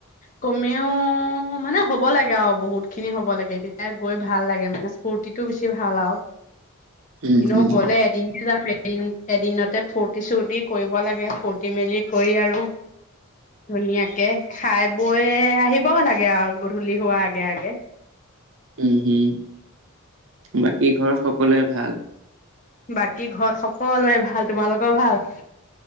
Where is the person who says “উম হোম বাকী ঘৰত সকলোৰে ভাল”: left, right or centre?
Right